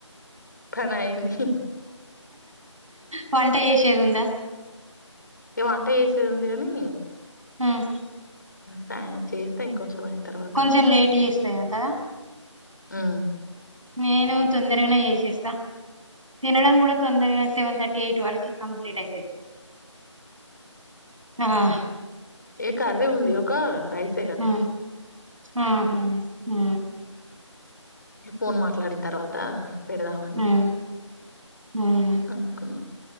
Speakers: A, on the left; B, on the right.
A: పనైంది
B: వంట జేశేద్ ఉందా.
A: ఇగ వంట చేశేది ఉంది గానీ.
B: హ్ము
A: ఫ్యా చేస్తా ఇంకొంచెం అయిన్ తర్వాత
B: కొంచెం
A: అని
B: లేట్ చేస్తాయేమో కదా
A: ఊ
B: నేనూ తొందరగనే చేశేస్తా తినడం కూడా తొందరగా సెవెన్ థర్టీ ఎయిట్ వరకి కంప్లీట్ అయితది. అఆహా
A: ఇగ కర్రీ ఉంది ఒకా రైస్
B: ఊ ఊహు ఊ
A: ఫోన్ మాట్లాడిన్ తర్వాతా పెడదామని.
B: ఉమ్ <unintelligible>
A: అనుకున్నా